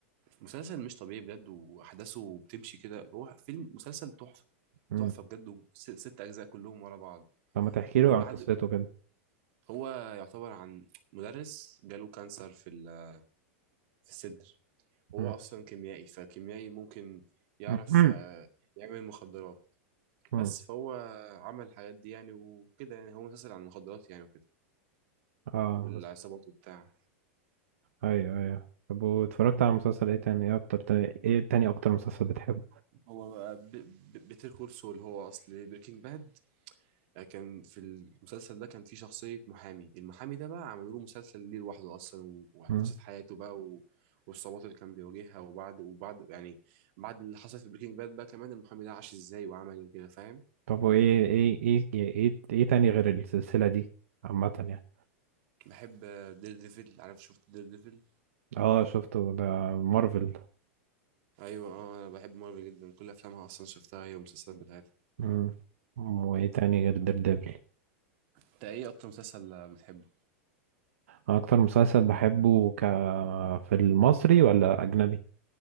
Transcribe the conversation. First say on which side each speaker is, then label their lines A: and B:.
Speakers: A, on the right (about 55°); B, on the right (about 80°).
A: مسلسل مش طبيعي بجد واحداثه بتمشي كده هو فيلم مسلسل تحفه
B: مم.
A: تحفه بجد ست, ست اجزاء كلهم ورا بعض
B: طب ما تحكي
A: وبعد
B: لي عن قصته كده
A: هو يعتبر عن مدرس جاله كانسر في ال- في الصدر وهو
B: مم.
A: اصلا كيميائي فكيميائي ممكن يعرف
B: مم.
A: آه، يعمل مخدرات
B: مم.
A: بس فهو عمل الحاجات دي يعني وكده يعني هو مسلسل عن المخدرات يعني وكده
B: اه
A: والعصابات
B: بس
A: وبتاع
B: ايوه ايوه طب واتفرجت على مسلسل ايه تاني ايه اكتر تاني ايه تاني اكتر مسلسل بتحبه
A: هو بيتر كول سول هو اصل بريكنج باد آه، كان في المسلسل ده كان في شخصية محامي المحامي ده بقى عملوا له مسلسل ليه لوحده أصلا و- وقصة
B: مم.
A: حياته بقى و... والصعوبات اللي كان بيواجهها وبعد وبعد يعني بعد اللي حصل في بريكنج باد بقى كمان المحامي ده عاش ازاي وعمل ايه وكده فاهم
B: طب وايه ايه ايه ايه ايه إيه تاني غير السلسلة دي عامة يعني
A: بحب آه، دير ديفل عارف شفت دير ديفل
B: اه شفته ده مارفل
A: ايوه اه انا بحب مارفل جدا كل افلامها اصلا شفتها هي والمسلسلات بتاعتها
B: مم. وايه تاني غير دير ديفل
A: انت ايه اكتر مسلسل آه، بتحبه
B: اكتر مسلسل بحبه ك في المصري ولا اجنبي